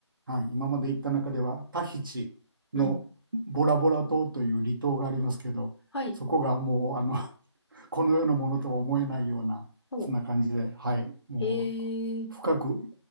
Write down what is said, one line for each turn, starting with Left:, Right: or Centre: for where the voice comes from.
Right: はい。今まで行った中では、タヒチのボラボラ島という離島がありますけど、
Left: うん。はい。
Right: そこがもう、あの、<laughs> この世のものとは思えないような、
Left: お、
Right: そんな感じで、はい。もう、
Left: ええ
Right: 深く